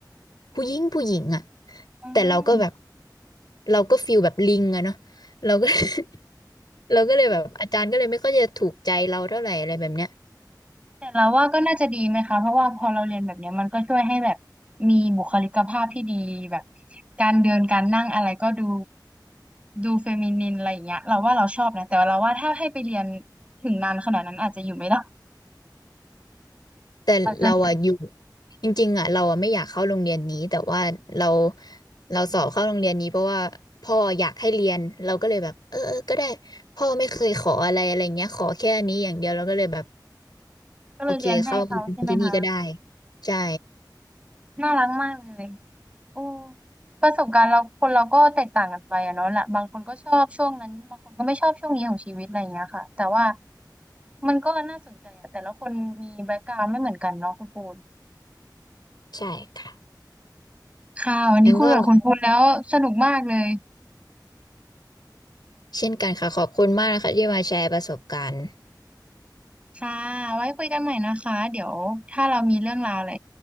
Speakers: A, on the left; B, on the right.
A: ผู้หญิงผู้หญิงอ่ะ
B: อืม
A: แต่เราก็แบบเราก็ฟีลแบบลิงอะเนาะเราก็ <laughs> เราก็เลยแบบอาจารย์ก็เลยไม่ค่อยจะถูกใจเราเท่าไหร่อะไรแบบเนี้ย
B: แต่เราว่าก็น่าจะดีไหมคะเพราะว่าพอเราเรียนแบบเนี้ยมันก็ช่วยให้แบบมีบุคลิกภาพที่ดีแบบการเดินการนั่งอะไรก็ดูดูเฟมินินอะไรอย่างเงี้ยเราว่าเราชอบนะแต่เราว่าถ้าให้ไปเรียนถึงนานขนาดนั้นอาจจะอยู่ไม่ได้
A: แต่เราอะอยู่
B: อาจจะ
A: จริงๆอะเราอะไม่อยากเข้าโรงเรียนนี้แต่ว่าเราเราสอบเข้าโรงเรียนนี้เพราะว่าพ่ออยากให้เรียนเราก็เลยแบบเออเออก็ได้พ่อไม่เคยขออะไรอะไรเงี้ยขอแค่อันนี้อย่างเดียวเราก็เลยแบบ
B: ก็เลยเรียนให้เขาใช่ไหมคะ
A: โอเคเข้าเรียนที่นี่ก็ได้ใช่
B: น่ารักมากเลยโอ้ประสบการณ์เราคนเราก็แตกต่างกันไปอะเนาะละบางคนก็ชอบช่วงนั้นบางคนก็ไม่ชอบช่วงนี้ของชีวิตอะไรอย่างเงี้ยค่ะแต่ว่ามันก็น่าสนใจอะแต่ละคนมีแบ็กกราวด์ไม่เหมือนกันเนาะคุณปูน
A: ใช่ค่ะ
B: ค่ะวันนี้คุยกับคุณคุณแล้วสนุกมากเลย
A: งั้นก็เช่นกันค่ะขอบคุณมากนะคะที่มาแชร์ประสบการณ์
B: ค่ะไว้คุยกันใหม่นะคะเดี๋ยวถ้าเรามีเรื่องราวอะไร